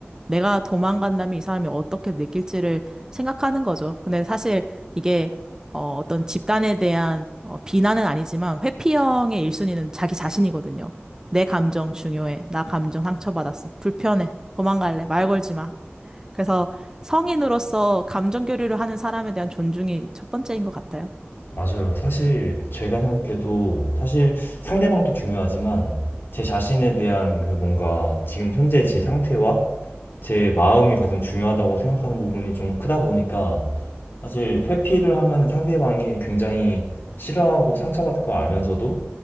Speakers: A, on the right; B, on the left.
A: 내가 도망간다면 이 사람이 어떻게 느낄지를 생각하는 거죠. 근데 사실 이게 어, 어떤 집단에 대한 어, 비난은 아니지만 회피형의 1순위는 자기 자신이거든요. 내 감정 중요해. 나 감정 상처받았어. 불편해. 도망갈래. 말 걸지 마. 그래서 성인으로서 감정 교류를 하는 사람에 대한 존중이 첫 번째인 것 같아요.
B: 맞아요. 사실 제가 생각해도 사실 상대방도 중요하지만 제 자신에 대한 그 뭔가 지금 현재 제 상태와 제 마음이 가장 중요하다고 생각하는 부분이 좀 크다 보니까 사실 회피를 하면 상대방이 굉장히 싫어하고 상처받을 걸 알면서도